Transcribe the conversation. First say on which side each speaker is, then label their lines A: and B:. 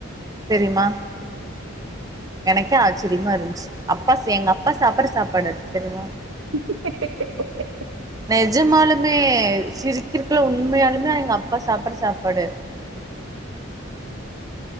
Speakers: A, on the right (about 15°); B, on the right (about 75°).
A: தெரியுமா எனக்கே ஆச்சரியமா இருந்ச் அப்பா செ எங்க அப்பா சாப்பற சாப்பாடு அது தெரியுமா
B: ஆ ஆ ஆ
A: நெஜமாலுமே சிரிக்கிருக்குள்ள உண்மையாலுமே எங்க அப்பா சாப்பற சாப்பாடு.